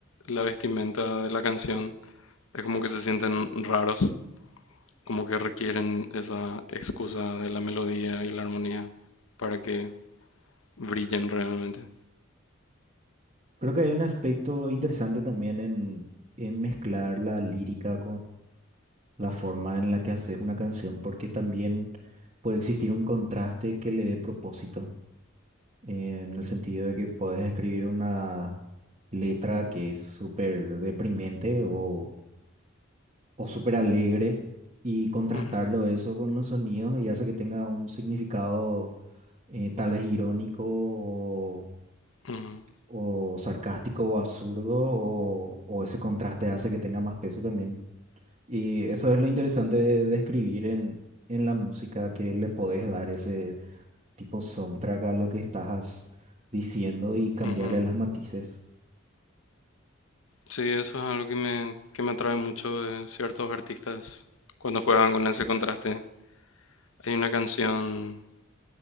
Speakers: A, on the left; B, on the right.
A: la vestimenta de la canción, es como que se sienten raros, como que requieren esa excusa de la melodía y la armonía para que brillen realmente.
B: Creo que hay un aspecto interesante también en, en mezclar la lírica la forma en la que haces una canción, porque también puede existir un contraste que le dé propósito, en el sentido de que puedes escribir una letra que es súper deprimente o, o súper alegre y contrastarlo
A: Ujú,
B: eso con los sonidos y hace que tenga un significado eh, tal vez irónico o,
A: ujú,
B: o sarcástico o absurdo o, o ese contraste hace que tenga más peso también. Y eso es lo interesante de, de escribir en, en la música, que le podés dar ese tipo soundtrack a lo que estás diciendo y cambiarle
A: ujú.
B: las matices.
A: Sí, eso es algo que me, que me atrae mucho de ciertos artistas cuando juegan con ese contraste. Hay una canción